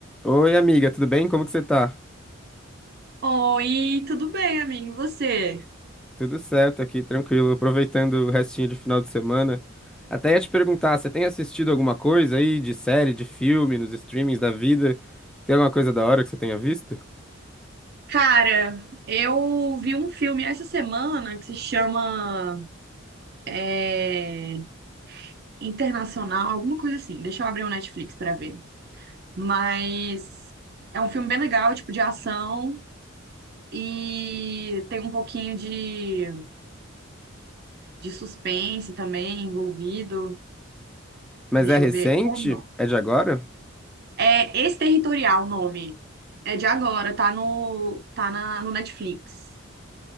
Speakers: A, in the centre; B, on the right.
A: Oi, amiga, tudo bem? Como que você tá?
B: Oi, tudo bem, amigo? E você?
A: Tudo certo aqui, tranquilo, aproveitando o restinho de final de semana. Até ia te perguntar, você tem assistido alguma coisa aí de série, de filme, nos streamings da vida? Tem alguma coisa da hora que você tenha visto?
B: Cara, eu vi um filme essa semana que se chama é, Internacional, alguma coisa assim. Deixa eu abrir o Netflix pra ver. Mas é um filme bem legal, tipo de ação e tem um pouquinho de, de suspense também envolvido.
A: Mas
B: Deixa
A: é recente?
B: eu ver. Ou não.
A: É de agora?
B: É Exterritorial o nome. É de agora, tá no tá na, no Netflix.